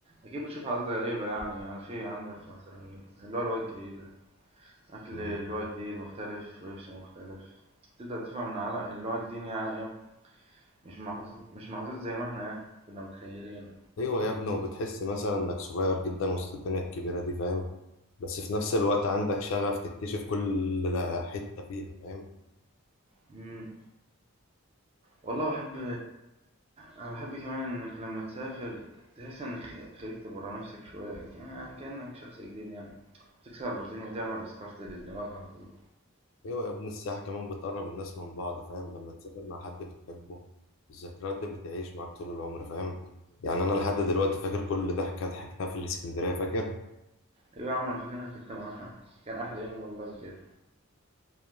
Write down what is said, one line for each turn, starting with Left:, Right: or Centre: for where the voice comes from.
Right: أكيد بتشوف عادات غريبة يعني يعني في عندك مثلا اللي هو لغات جديدة أكل
Left: مم.
Right: اللي هو جديد مختلف ولبس مختلف تبدأ تفهم إن على اللي هو الدين يعني إيه مش محدود مش محدود زي ما إحنا إيه كنا متخيلين
Left: ايوه يا ابني وبتحس مثلا انك صغير جدا وسط الدنيا الكبيره دي فاهم بس في نفس الوقت عندك شغف تكتشف كل حته فيها فاهم
Right: مم. والله بحب أنا بحب كمان إنك لما تسافر تحس إنك خرجت برا نفسك شوية يعني كأنك شخص جديد يعني بتكسر الروتين وتعمل ريستارت للدماغ على طول.
Left: ايوه يا ابني السياحه كمان بتقرب الناس من بعض فاهم لما تسافر مع حد بتحبه الذكريات دي بتعيش معاك طول العمر فاهم يعني انا لحد دلوقتي فاكر كل ضحكه ضحكتها في الاسكندريه فاكر
Right: ايوه يا عم انا فاكر إن انا كنت معاها كان احلى يوم والله بجد